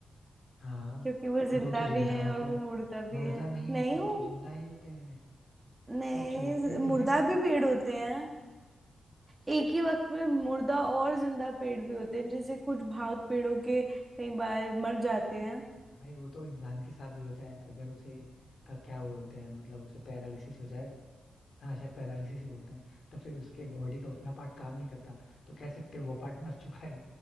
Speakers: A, on the left; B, on the right.
A: हाँ
B: क्योंकि वो
A: बट
B: जिंदा
A: वो तो जिंदा
B: भी है
A: होता
B: और वो
A: है
B: मुर्दा
A: मुर्दा
B: भी है
A: नहीं
B: नहीं
A: होते वो
B: वो
A: तो जिंदा ही होते हैं
B: नहीं
A: वो चलते नहीं
B: मुर्दा
A: है बट वो
B: भी पेड़ होते हैं एक ही वक्त में मुर्दा और जिंदा पेड़ भी होते हैं जैसे कुछ भाग पेड़ों के कई बार मर जाते हैं
A: भाई वो तो इंसान के साथ भी होता है अगर उसे अ, क्या बोलते हैं मतलब उसे पैरालिसिस हो जाए हाँ शायद पैरालिसिस ही बोलते हैं तो फिर उसके बॉडी का उतना पार्ट काम नहीं करता तो कह सकते हैं वो पार्ट मर चुका है